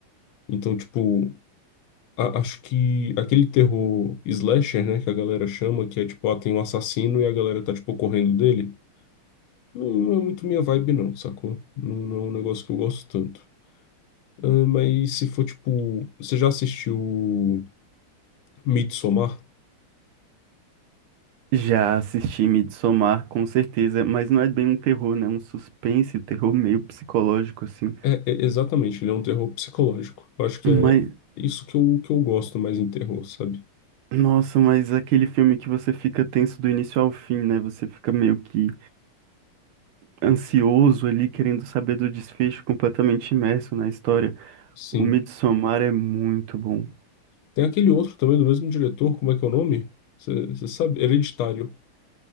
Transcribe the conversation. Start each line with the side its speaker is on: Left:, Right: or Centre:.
Left: Então, tipo, a- acho que aquele terror slasher, né, que a galera chama, que é tipo, ah, tem um assassino e a galera tá tipo correndo dele. Não não é muito minha vibe, não, sacou? Não, não é um negócio que eu gosto tanto. Ah, mas se for tipo. Você já assistiu Midsommar?
Right: Já assisti Midsommar, com certeza, mas não é bem um terror, né? Um suspense, um terror meio psicológico, assim.
Left: É, é- exatamente, ele é um terror psicológico. Eu acho que
Right: Mas,
Left: é isso que eu, que eu gosto mais em terror, sabe?
Right: nossa, mas aquele filme que você fica tenso do início ao fim, né? Você fica meio que ansioso ali, querendo saber do desfecho, completamente imerso na história.
Left: Sim.
Right: O Midsommar é muito bom.
Left: Tem aquele outro também do mesmo diretor, como é que é o nome? Você sabe? Hereditário.